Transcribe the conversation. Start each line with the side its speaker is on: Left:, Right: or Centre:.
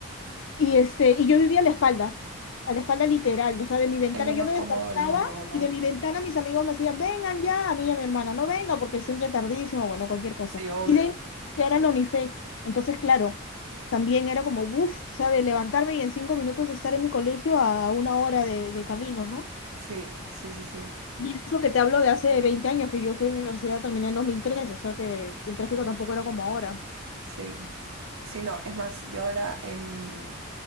Left: Y, este, y yo vivía a la espalda, a la espalda literal, o sea, de mi ventana
Right: Es lo
Left: yo
Right: más
Left: me
Right: cómodo
Left: despertaba
Right: del mundo, ¿o no?
Left: y de mi ventana mis amigos me hacían, vengan ya, a mí y a mi hermana, no venga porque siempre tardísimo, bueno, cualquier cosa.
Right: Sí, obvio.
Left: Y de ahí ya era la Unife. Entonces, claro, también era como, uff, o sea, de levantarme y en cinco minutos estar en mi colegio a una hora de, de camino, ¿no?
Right: Sí, sí, sí, sí.
Left: Y eso que te hablo de hace 20 años, que yo fui a la universidad, terminé en dos mil tres o sea que el tráfico tampoco era como ahora.
Right: Sí, sí, no, es más, yo ahora en